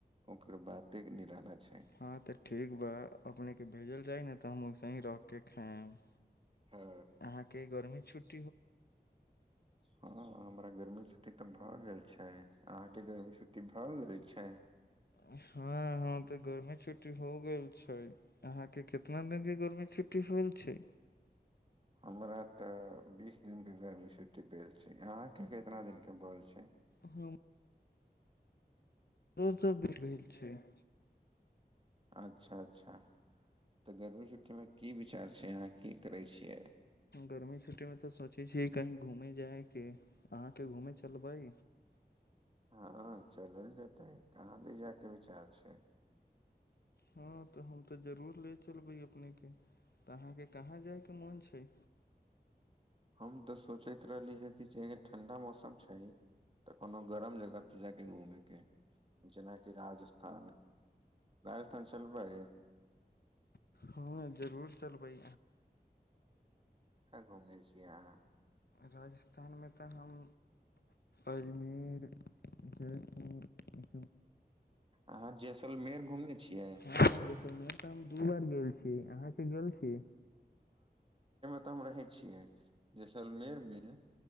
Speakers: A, on the right (about 30°); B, on the left (about 70°).
A: एकर बाते निराला छै
B: हँ तऽ ठीक बा अपने के भेजल जै ने तऽ हम उसेने रख के गैस
A: हँ
B: आंहा के ह छूट <inaudible>
A: हँ हमरा गरमी छुटी छुट्टी तऽ भए गेल छै अहाँके गरमी छुट्टी भए गेल छै
B: हँ ह तऽ गर्मी छुट्टी हो गेल छै अहाँके कितना दिन के गर्मी छुट्टी होल छै
A: हमरा तऽ बीस दिन के गरमी छुट्टी भेल छै अंहा के कितना दिन के भेल छै
B: ह <inaudible> रोज भ भेल छै <unintelligible>
A: अच्छा अच्छा तऽ गर्मी छुट्टीमे की विचार छै अहाँ की करै छियै
B: गर्मी छुटी मे तऽ सोच छियै से कहीं घूमे जायके अहाँके घूमे चलबै
A: हँ चलल जेतै कहाँ ले जाय के विचार छै
B: हँ तऽ हम तऽ जरूर ले चलबै अपने के तऽ अहाँके कहाँ जायके मोन छै
A: हम तऽ सोचैत रहली है कि जे ठंडा मौसम छै तऽ कोनो गरम जगह पे जायके घूमेके जेनाकि राजस्थान राजस्थान चलबै
B: हँ जरूर चल बै
A: घुमने छियै अहाँ
B: राज स्थानमे तऽ हम अजमेर जयपुर <unintelligible>
A: अहाँ जैसलमेर घूमने छियै
B: <unintelligible> हँ जैसेलमेर तऽ हम दू बार गेल छी अहाँके गेल छी
A: खतम रहै छियै जैसलमेरमे